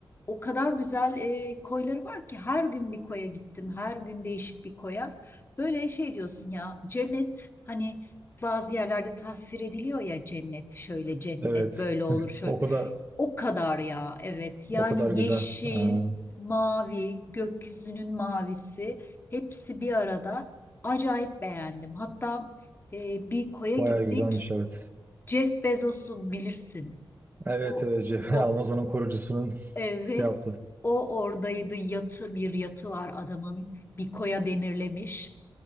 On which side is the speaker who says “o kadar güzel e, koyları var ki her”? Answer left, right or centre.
Left